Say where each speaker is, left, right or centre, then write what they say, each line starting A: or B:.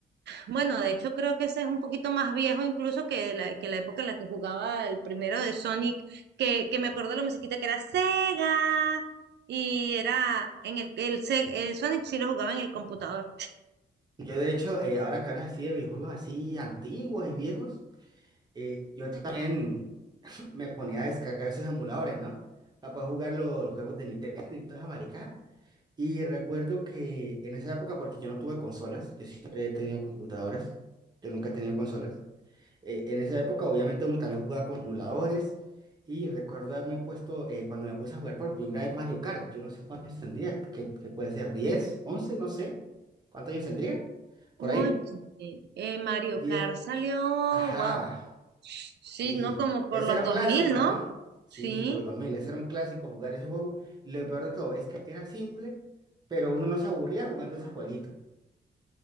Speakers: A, on the right (about 65°); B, on the right (about 20°).
A: bueno, de hecho creo que ese es un poquito más viejo incluso que la, que la época en la que jugaba el primero de Sonic, que, que me acuerdo de la musiquita que era Sega y era en el, el, Se- el Sonic sí lo jugaba en el computador.
B: Yo de hecho, eh, ahora que hablas así de videojuegos así antiguos y viejos, eh, yo también <laughs> me ponía a descargar esos emuladores, ¿no? Para poder jugar lo- los juegos de Nintendo y todas América. Y recuerdo que en esa época, porque yo no tuve consolas, yo siempre he tenido computadoras, yo nunca he tenido consolas. Eh, en esa época, obviamente, uno también jugaba con emuladores. Y recuerdo haberme puesto, eh, cuando me puse a jugar por primera vez Mario Kart, yo no sé cuántos años tendría, que, que puede ser 10, 11, no sé. ¿Cuántos años tendría?
A: Oye,
B: Por ahí.
A: eh, Mario
B: diez.
A: Kart salió,
B: Ajá,
A: wow, sí,
B: sí.
A: ¿no? Como por
B: Ese
A: los
B: era un
A: 2000,
B: clásico,
A: ¿no?
B: ¿no? Sí,
A: Sí,
B: por los dos mil Ese era un clásico jugar ese juego. Y lo peor de todo es que era simple, pero uno no se aburría jugando ese jueguito.